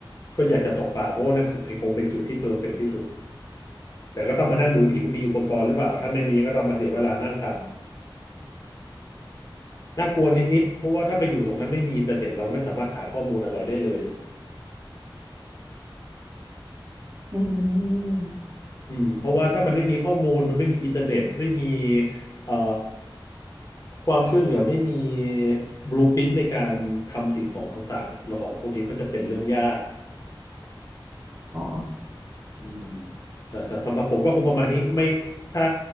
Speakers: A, on the left; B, on the right.
A: ก็อยากจะตกปลาเพราะว่านั่นคงคงเป็นจุดที่เพอร์เฟกต์ที่สุดแต่ก็ต้องมานั่งดูอีกว่ามีอุปกรณ์หรือเปล่าถ้าไม่มีก็ต้องมาเสียเวลานั่งทำน่ากลัวนิดๆเพราะว่าถ้าไปอยู่ตรงนั้นไม่มีอินเทอร์เน็ตเราไม่สามารถหาข้อมูลอะไรได้เลย
B: อืม
A: อืมเพราะว่าถ้ามันไม่มีข้อมูลมันไม่มีอินเทอร์เน็ตไม่มีเอ่อความช่วยเหลือไม่มีบลูพิ i น t ในการทำสิ่งของต่างๆอะแล้วของพวกนี้ก็จะเป็นเรื่องยาก
B: อ๋อ
A: อืมแต่สำหรับผมก็คงประมาณนี้ไม่ถ้า